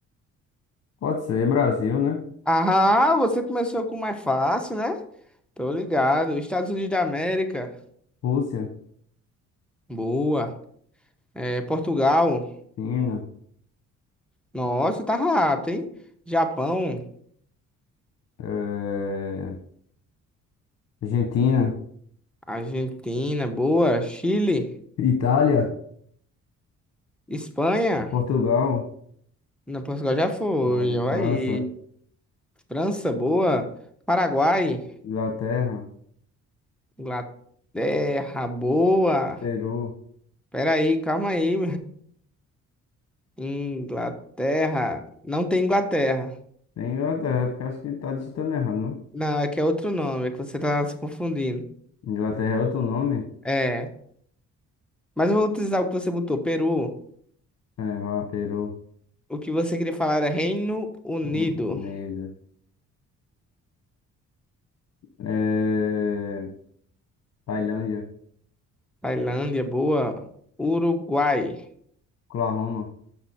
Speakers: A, on the left; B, in the centre.
A: Pode ser Brasil, né?
B: Ah, você começou com o mais fácil, né? Tô ligado. Estados Unidos da América.
A: Rússia,
B: Boa. É, Portugal,
A: China,
B: nossa, tá rápido, hein? Japão,
A: eh, Argentina,
B: Argentina, boa. Chile,
A: Itália,
B: Espanha,
A: Portugal,
B: na Portugal já foi,
A: olha,
B: olha
A: França,
B: aí. França, boa. Paraguai,
A: Inglaterra,
B: Inglaterra, boa.
A: Peru.
B: Pera aí, calma aí. <laughs> Inglaterra, não tem Inglaterra.
A: Tem Inglaterra, porque acho que tá digitando errado, não?
B: Não, é que é outro nome, é que você tá se confundindo.
A: Inglaterra é outro nome?
B: É, mas eu vou utilizar o que você botou, Peru.
A: É, vá, Peru,
B: O que você queria falar era Reino Unido.
A: hum, Neida. Eh, Tailândia.
B: Tailândia, boa. Uruguai.
A: Oklahoma,